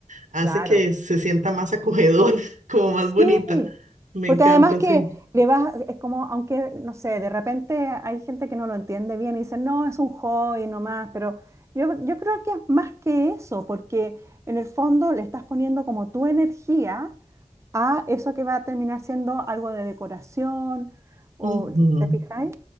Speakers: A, on the right; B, on the right.
A: hace
B: claro.
A: que se sienta más acogedora, <laughs> como más
B: Sí,
A: bonita. Me
B: porque
A: encanta,
B: además que
A: sí.
B: le vas, es como, aunque, no sé, de repente hay gente que no lo entiende bien y dice, no, es un hobby nomás, pero yo, yo creo que es más que eso, porque en el fondo le estás poniendo como tu energía a eso que va a terminar siendo algo de decoración, o,
A: Ujú,
B: ¿te fijáis?